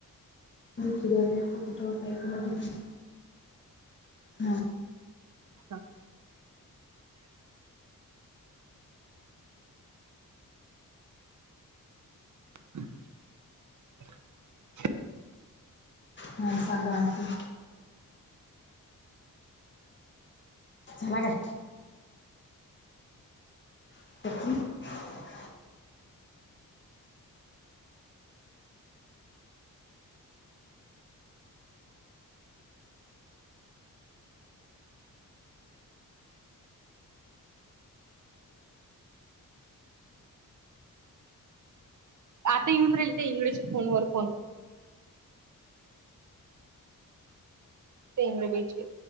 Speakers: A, on the left; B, on the right.
A: <unintelligible> काही, काही ठिकाणी हा.
B: हा. <inaudible>
A: हा सांगा आणखीन झाला काय? <unintelligible>
B: आता येऊन राहिले ते इंगळेच्या फोन वर फोन. तेंगवेचे